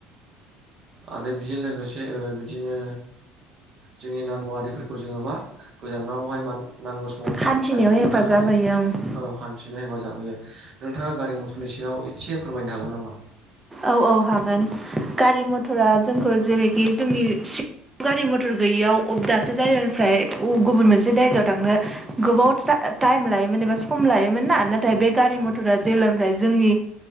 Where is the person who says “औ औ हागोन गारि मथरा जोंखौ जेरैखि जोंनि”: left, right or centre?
Right